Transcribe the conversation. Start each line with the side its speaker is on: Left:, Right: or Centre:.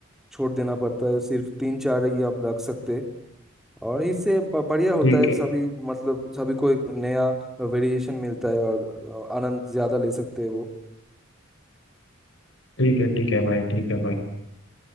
Centre: छोड़ देना पड़ता है सिर्फ तीन चार ही आप रख सकते हैं। और इससे ब- बढ़िया होता
Left: ठीक
Centre: है
Left: है
Centre: सभी मतलब सभी को एक नया वेरिएशन मिलता है और आनंद ज़्यादा ले सकते हैं वो
Left: ठीक है ठीक है भाई ठीक है भाई